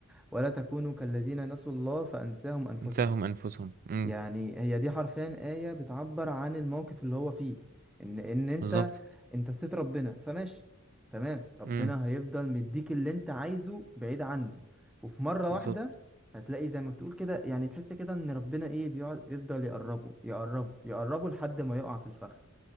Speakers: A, in the centre; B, on the right (about 40°).
A: ولا تكونوا كالذين نسوا الله فأنساهم أنفسهم
B: انساهم انفسهم امم
A: يعني هي دي حرفيا آية بتعبر عن الموقف اللي هو فيه ان ان انت
B: بالظبط
A: انت ستيت ربنا فماشي تمام ربنا
B: امم
A: هيفضل مديك اللي انت عايزه بعيد عنه وفي مرة
B: بالظبط
A: واحدة هتلاقي زي ما تقول كده يعني تحس كده ان ربنا ايه بيقعد يفضل يقربه يقربه يقربه لحد ما يقع في الفخ